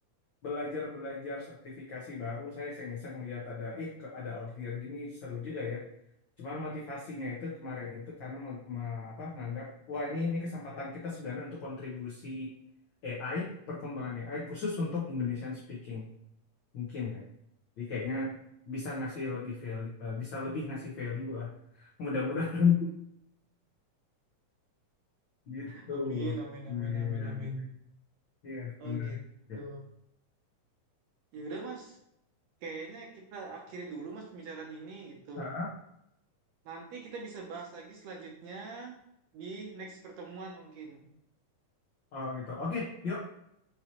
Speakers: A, on the left; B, on the right.
A: belajar-belajar sertifikasi baru saya iseng-iseng lihat ada eh ke- ada outlier gini seru juga ya. Cuman motivasinya itu kemarin itu karena me- me- apa nganggap wah ini ini kesempatan kita sebenarnya untuk kontribusi AI, perkembangan AI khusus untuk Indonesian speaking mungkin ya. Jadi kayaknya bisa ngasih lebih value eh, bisa lebih ngasih value lah. Mudah-mudahan <laughs> gitu.
B: Amin, amin, amin,
A: Nah, iya.
B: amin, amin.
A: Iya,
B: Oh
A: menarik.
B: gitu.
A: Oke.
B: Ya udah, Mas. Kayaknya kita akhiri dulu, Mas, pembicaraan ini gitu.
A: Ah,
B: Nanti kita bisa bahas lagi selanjutnya di next pertemuan mungkin.
A: oh gitu. Oke, yuk.